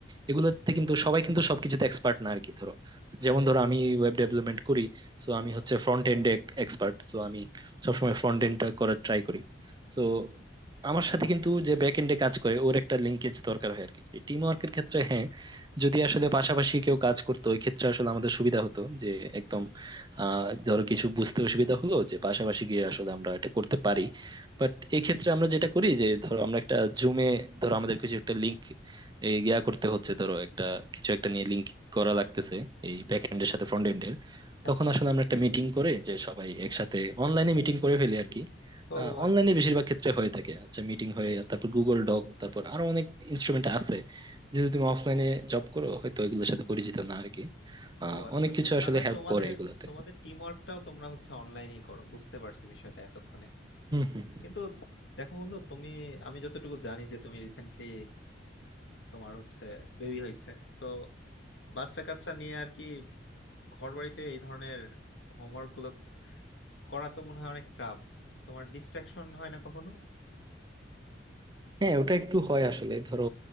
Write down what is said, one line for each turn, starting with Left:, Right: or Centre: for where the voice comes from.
Right: এগুলোতে কিন্তু সবাই কিন্তু সবকিছুতে এক্সপার্ট না আর কি ধরো যেমন ধরো আমি ওয়েব ডেভেলপমেন্ট করি সো আমি হচ্ছে ফ্রন্ট এন্ড এক্সপার্ট সো আমি সবসময় ফ্রন্ট এন্ডটা করার ট্রাই করি সো আমার সাথে কিন্তু যে ব্যাক এন্ডে কাজ করে ওর একটা লিঙ্কেজ দরকার হয় আর কি টিম ওয়ার্কের ক্ষেত্রে হ্যাঁ যদি আসলে পাশাপাশি কেউ কাজ করতো ওই ক্ষেত্রে আসলে আমাদের সুবিধা হতো যে একদম আহ ধরো কিছু বুঝতে অসুবিধা হলো যে পাশাপাশি গিয়ে আসলে আমরা এটা করতে পারি বাট এই ক্ষেত্রে আমরা যেটা করি যে ধরো আমরা একটা জুমে ধরো আমাদের কিছু একটা লিঙ্ক ইয়া করতে হচ্ছে ধরো একটা কিছু একটা নিয়ে লিঙ্ক করা লাগতেছে এই ব্যাক এন্ডের সাথে ফ্রন্ট এন্ডের
Left: আচ্ছা
Right: তখন
Left: আচ্ছা
Right: আসলে আমরা একটা মিটিং করে যে সবাই একসাথে অনলাইনে মিটিং করে ফেলি আর কি
Left: ও আচ্ছা
Right: অনলাইনে
Left: আচ্ছা।
Right: বেশিরভাগ ক্ষেত্রে হয়ে থাকে আচ্ছা মিটিং হয়ে তারপর গুগল ডক তারপর আরো অনেক ইনস্ট্রুমেন্ট আছে যেহেতু তুমি অফলাইনে জব করো হয়তো এগুলোর সাথে পরিচিত না আর কি
Left: ও
Right: আহ,
Left: আচ্ছা
Right: অনেক
Left: আচ্ছা
Right: কিছু
Left: তার
Right: আসলে
Left: মানে
Right: হেল্প
Left: তোমাদের
Right: করে এগুলোতে
Left: তোমাদের টিম ওয়ার্কটাও তোমরা হচ্ছে অনলাইনেই করো বুঝতে পারছি বিষয়টা এতক্ষণে
Right: হম হম
Left: কিন্তু দেখো বন্ধু তুমি আমি যতটুকু জানি যে তুমি রিসেন্টলি তোমার হচ্ছে বেবি হয়েছে তো বাচ্চা কাচ্চা নিয়ে আর কি ঘর বাড়িতে এই ধরনের হোমওয়ার্ক গুলো করা তো মনে হয় অনেক টাফ তোমার ডিস্ট্রাকশন হয় না কখনো
Right: হ্যাঁ ওটা একটু হয় আসলে ধরো